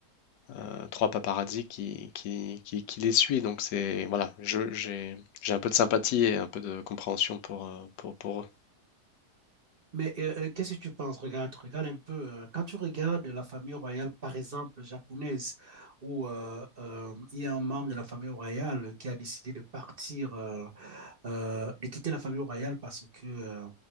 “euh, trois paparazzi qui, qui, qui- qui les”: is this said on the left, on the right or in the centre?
Left